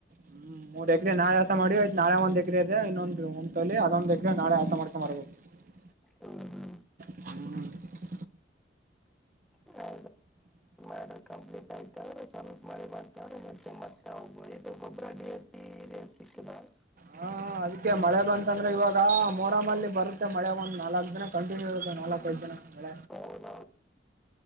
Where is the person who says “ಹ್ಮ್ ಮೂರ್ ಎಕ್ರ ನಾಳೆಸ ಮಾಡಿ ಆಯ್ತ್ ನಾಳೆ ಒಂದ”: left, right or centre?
Right